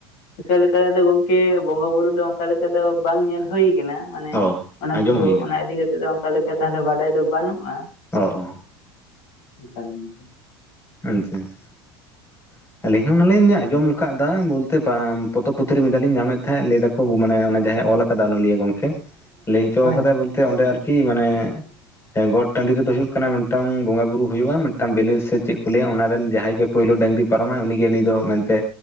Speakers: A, on the left (about 55°); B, on the left (about 20°).
A: <unintelligible> ᱞᱮᱠᱟ ᱜᱚᱝᱠᱮ ᱵᱚᱸᱜᱟ ᱵᱩᱨᱩ ᱫᱚ ᱚᱝᱠᱟ ᱞᱮᱠᱟ ᱫᱚ ᱵᱟᱝ ᱧᱮᱞ ᱦᱳᱭ ᱠᱟᱱᱟ ᱢᱟᱱᱮ
B: ᱚ
A: ᱚᱱᱟ
B: ᱟᱸᱡᱚᱢ
A: ᱠᱩ
B: ᱦᱩᱭ ᱠᱟᱱᱟ
A: ᱚᱱᱟ ᱤᱫᱤ ᱠᱟᱛᱮᱜ ᱫᱚ ᱚᱝᱠᱟ ᱞᱮᱠᱟ ᱛᱟᱦᱞᱮ ᱵᱟᱰᱟᱭ ᱫᱚ ᱵᱟᱹᱱᱩᱜᱼᱟ
B: ᱚ ᱚ
A: <unintelligible>
B: <unintelligible> ᱟᱞᱤᱧ ᱦᱚᱸ ᱚᱱᱟᱞᱤᱧ ᱟᱸᱡᱚᱢ ᱟᱠᱟᱫᱟ ᱵᱚᱞ ᱛᱮ ᱯᱚᱛᱚᱵ ᱯᱩᱛᱷᱤ ᱨᱮ ᱢᱤᱫ ᱴᱟᱝ ᱞᱤᱧ ᱧᱟᱢᱮᱫ ᱛᱟᱦᱮᱸᱫ ᱞᱟᱹᱭ ᱮᱫᱟᱠᱚ ᱢᱟᱱᱮ ᱡᱟᱦᱟᱸᱭ ᱚᱞ ᱠᱟᱫᱟ ᱚᱱᱚᱞᱤᱭᱟᱹ ᱜᱚᱝᱠᱮ ᱞᱟᱹᱭ ᱦᱚᱪᱚ
A: ᱦᱳᱭ
B: ᱠᱟᱫᱟᱭ
A: ᱦᱳᱭ
B: ᱵᱚᱞᱛᱮ ᱚᱸᱰᱮ ᱟᱨᱠᱤ ᱢᱟᱱᱮ ᱦᱮᱸ ᱜᱚᱴ ᱴᱟᱺᱰᱤ ᱨᱮᱫᱚᱳ ᱦᱩᱭᱩᱜ ᱠᱟᱱᱟ ᱢᱤᱫᱴᱟᱝ ᱵᱚᱸᱜᱟ ᱵᱩᱨᱩᱳ ᱦᱩᱭᱩᱜᱳᱜ ᱢᱤᱫᱴᱟᱝ ᱵᱮᱞᱮ ᱥᱮ ᱪᱮᱫ ᱠᱩᱞᱭᱟ ᱚᱱᱟᱨᱮ ᱨᱮᱱ ᱡᱟᱦᱟᱸᱭ ᱜᱮ ᱯᱳᱭᱞᱳ ᱰᱟᱝᱨᱤ ᱯᱟᱨᱚᱢᱟᱭ ᱩᱱᱤᱜᱮ ᱩᱱᱤ ᱫᱚ ᱢᱮᱱᱛᱮ